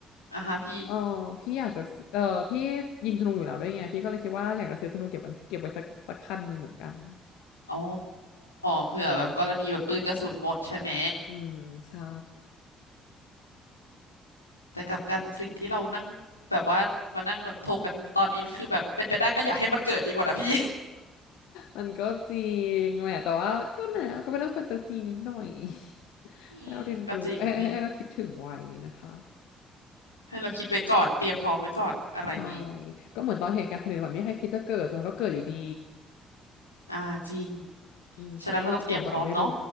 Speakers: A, on the left; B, on the left.
A: อ่ะฮะพี่
B: เออพี่อยากจะเออพี่ยิงธนูอยู่แล้วด้วยไงพี่ก็เลยคิดว่าอยากจะซื้อธนูเก็บไว้เก็บไว้สักสักคันหนึ่งเหมือนกัน
A: อ๋อเผื่อแบบกรณีแบบปืนกระสุนหมดใช่ไหม
B: อืมใช่
A: แต่กลับกันสิ่งที่เรานั่งแบบว่ามานั่งแบบถกกันตอนนี้นี่คือแบบเป็นไปได้ก็อย่าให้มันเกิดดีกว่านะพี่
B: มันก็จริงแหละแต่ว่าก็นะก็เป็นเรื่องแฟนตาซีนิดหน่อย
A: <laughs>
B: <laughs> ให้เราเรียนรู้เอ้ยให้เราคิดถึงไว้นะคะ
A: อืมก็จริงพี่ให้เราคิดไว้ก่อนเตรียมพร้อมไว้ก่อนอะไรอย่างงี้
B: ใช่ก็เหมือนตอนเหตุการณ์แผ่นดินไหวไม่มีใครคิดจะเกิดสุดท้ายก็เกิดอยู่ดี
A: อ่าจริง
B: อืมซอมบี้จะเกิดหรือเปล่าก็ไม่รู้
A: ฉะนั้นเราต้องเตรียมพร้อมเนาะ